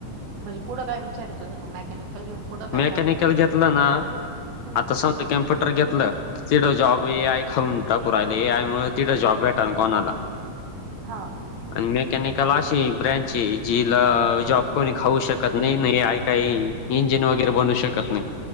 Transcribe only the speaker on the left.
मेकॅनिकल
घेतलं ना
आता समजा कम्प्युटर घेतलं तिकडं जॉब ए आय खाऊन टाकू राहिल. ए आय मूळ तिलां जॉब भेटना कोणाला?
आणि मेकॅनिकल अशी ब्रँच आहे, जिला जॉब कोणी खाऊ शकत नाही, नाही आहे काही इंजिन वगेर बनु शकत नाही.